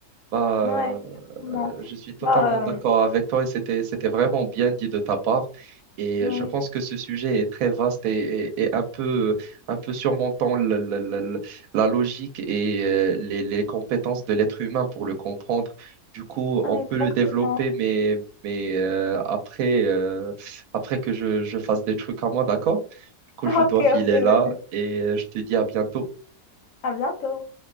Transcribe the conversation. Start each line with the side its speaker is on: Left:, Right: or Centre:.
Right: Bah,
Left: Ouais,
Right: euh,
Left: exactement.
Right: je suis totalement
Left: Bah
Right: d'accord
Left: euh,
Right: avec toi et c'était, c'était vraiment bien dit de ta part. Et
Left: ouais,
Right: euh, je pense que ce sujet est très vaste et, et- et un peu, un peu surmontant le- le- le- le- la logique et euh, les, les compétences de l'être humain pour le comprendre. Du coup,
Left: ouais,
Right: on peut
Left: exactement.
Right: le développer,
Left: <laughs>
Right: mais, mais euh, après, euh, après que je, je fasse des trucs à moi, d'accord? Du coup,
Left: Ok,
Right: je dois filer
Left: ok,
Right: là
Left: vas-y.
Right: et euh, je te dis à bientôt.
Left: À bientôt.